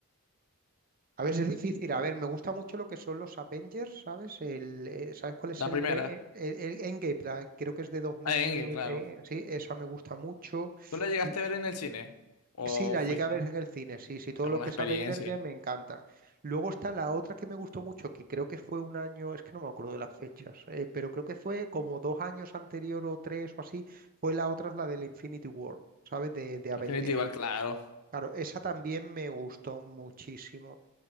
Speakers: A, on the right; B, on the left.
A: a veces es difícil. A ver, me gusta mucho lo que son los Avengers, ¿sabes? El, eh, ¿sabes cuál es
B: La
A: el
B: primera.
A: de el, el Endgame? la- creo que es de 2000.
B: Eh, claro.
A: eh, sí, esa me gusta mucho.
B: ¿Tú la llegaste
A: L-
B: a ver en el cine? ¿O
A: Sí, la
B: fuiste
A: llegué a ver en el cine. Sí, sí, todo
B: a
A: lo
B: una
A: que
B: experiencia?
A: es Avengers ya me encanta. Luego está la otra que me gustó mucho, que creo que fue un año, es que no me acuerdo de las fechas, eh, pero creo que fue como dos años anterior o tres o así. Fue la otra, es la del Infinity War, ¿sabes? De, de Avengers.
B: Definitiva, claro.
A: Claro, esa también me gustó muchísimo.